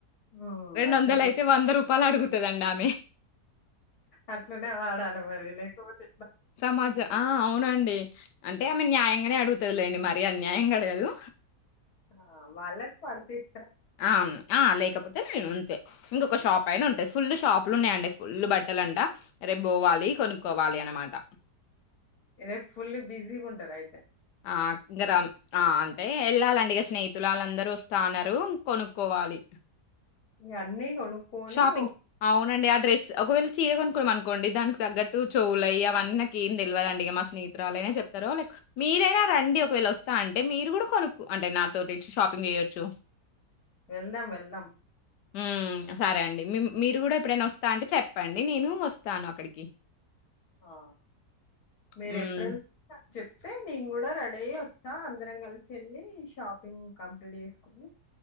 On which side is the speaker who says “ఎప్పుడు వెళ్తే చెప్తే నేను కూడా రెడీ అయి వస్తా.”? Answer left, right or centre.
Left